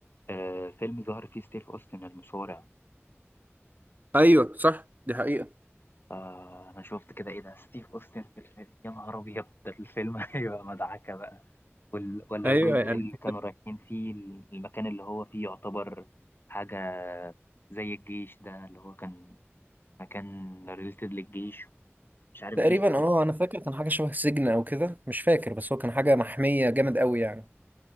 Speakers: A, on the left; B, on the right.
A: آه، فيلم ظهر فيه ستيف أوستن المصارع
B: ايوه صح دي حقيقة
A: فأنا شفت كده إيه ده ستيف أوستن في الفيلم يا نهار أبيض ده الفيلم <laughs> هيبقى مدعكة بقى وال- ولا
B: ايوه
A: الجزء
B: يعني
A: اللي كانوا رايحين فيه المكان اللي هو فيه يعتبر حاجة زي الجيش ده اللي هو كان فكان ريليتد للجيش مش عارف
B: تقريبا
A: جيش ده
B: اه انا فاكر كان حاجه شبه سجن او كده مش فاكر بس هو كان حاجه محميه جامد قوي يعني